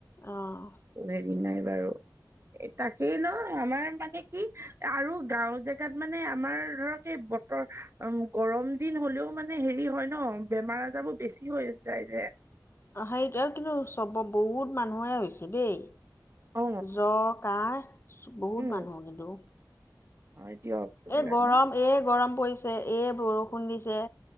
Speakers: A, on the left (about 30°); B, on the right (about 35°).
A: অঁ
B: হেৰি নাই বাৰু তাকেই ন আমাৰ মানে কি আৰু গাঁও জেগাত মানে আমাৰ ধৰক এই বতৰ গৰম দিন হলেও মানে হেৰি হয় ন ন বেমাৰ আজাৰো বেছি হৈ যায় যে
A: অ হেৰিটো আৰু কিন্তু চব বহুত মানুহে হৈছে দেই
B: অ
A: জ্বৰ ক বহুত
B: উম
A: মানুহ কিন্তু
B: হয় দিয়ক এইবিলাক
A: এ গৰম,
B: ন
A: এ গৰম পৰিছে, এ বৰষুণ দিছে।